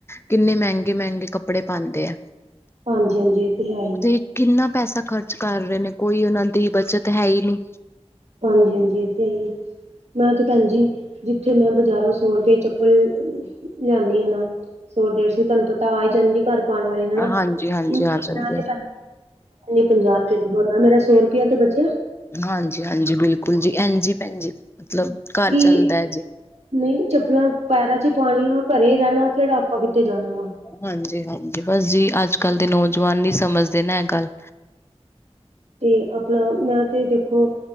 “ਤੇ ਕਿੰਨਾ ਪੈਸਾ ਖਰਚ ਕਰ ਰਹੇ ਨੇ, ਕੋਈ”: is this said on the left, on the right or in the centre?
Left